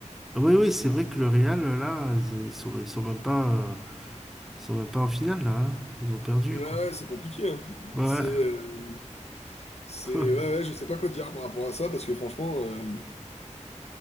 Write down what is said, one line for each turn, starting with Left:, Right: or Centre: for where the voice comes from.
Centre: Oui, oui, c'est vrai que le Real, euh, là, ils, ils sont, ils sont même pas, euh, ils sont même pas en finale, là. hein. Ils ont perdu,
Left: Ouais,
Centre: quoi.
Left: ouais, c'est compliqué. hein.
Centre: Ouais.
Left: C'est, euh, c'est,
Centre: <laughs>
Left: ouais, ouais, je sais pas quoi te dire par rapport à ça parce que franchement, euh,